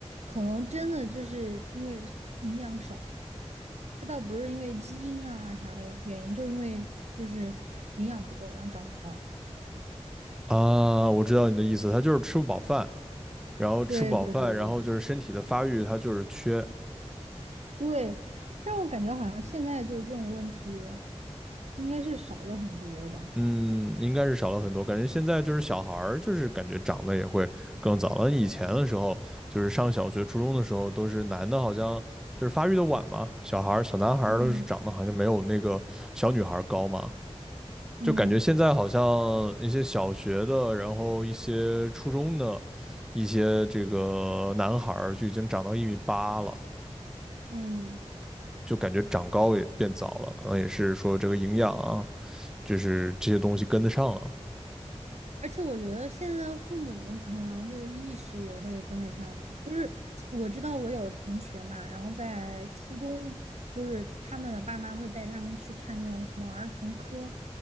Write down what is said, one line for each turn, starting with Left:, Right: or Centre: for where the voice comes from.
Right: 可能真的就是因为营养少。它倒不是因为基因啊啥的原因，就是因为就是营养不够，然后长不高。
Centre: 啊，我知道你的意思，他就是吃不饱饭，然后吃不饱饭，
Right: 对对对
Centre: 然后就是身体的发育，他就是缺，
Right: 对，但我感觉好像现在就是这种问题，应该是少了很多吧。
Centre: 嗯，应该是少了很多。感觉现在就是小孩儿，就是感觉长得也会更早了。以前的时候，就是上小学、初中的时候，都是男的，好像就是发育的晚嘛，小孩儿、小男孩儿都是长得好像没有那个小女孩儿高嘛。
Right: 嗯嗯
Centre: 就感觉现在好像一些小学的，然后一些初中的，一些这个男孩儿就已经长到一米八了，
Right: 嗯，
Centre: 就感觉长高也变早了，可能也是说这个营养啊，就是这些东西跟得上了。
Right: 而且我觉得现在的父母可能就是意识也会跟得上吧。就是我知道我有的同学嘛，然后在初中，就是他们的爸妈会带他们去看这种什么儿童科，